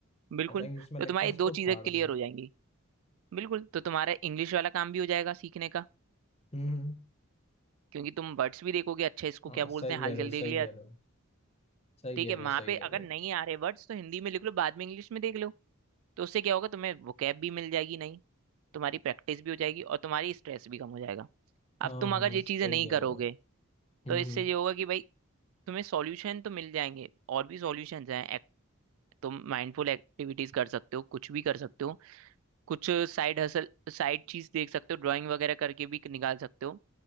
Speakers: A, on the right (about 65°); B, on the left (about 30°).
A: बिल्कुल
B: अच्छा इंग्लिश में
A: तो
B: लिख
A: तुम्हारी
B: कर उसको
A: दो चीजें
B: फाड़
A: क्लियर
B: दूँ
A: हो जाएंगी बिल्कुल तो तुम्हारा इंग्लिश वाला काम भी हो जाएगा सीखने का
B: हम्म हम्म
A: क्योंकि तुम वर्ड्स भी देखोगे अच्छा इसको
B: हाँ
A: क्या बोलते
B: सही
A: हैं
B: कह
A: हलचल
B: रहे हो
A: देख
B: सही
A: लिया
B: कह रहे हो सही
A: ठीक
B: कह
A: है
B: रहे
A: वहां
B: हो सही
A: पे
B: कह रहे
A: अगर
B: हो
A: नहीं आ रहे वर्ड्स तो हिंदी में लिख लो बाद में इंग्लिश में देख लो तो उससे क्या होगा तुम्हें वोकैब भी मिल जाएगी नहीं तुम्हारी प्रैक्टिस भी हो जाएगी और तुम्हारी स्ट्रेस भी कम हो जाएगा अब
B: हाँ
A: तुम
B: हाँ
A: अगर ये
B: सही
A: चीजें नहीं
B: कह
A: करोगे
B: रहे हो आप। हम्म
A: तो इससे
B: हम्म
A: ये होगा कि भाई तुम्हें सॉल्यूशन तो मिल जाएंगे और भी सॉल्यूशंस हैं एक- तुम माइंडफुल एक्टिविटीज कर सकते हो कुछ भी कर सकते हो कुछ साइड हसल साइड चीज देख सकते हो ड्राइंग वगैरह करके भी निकाल सकते हो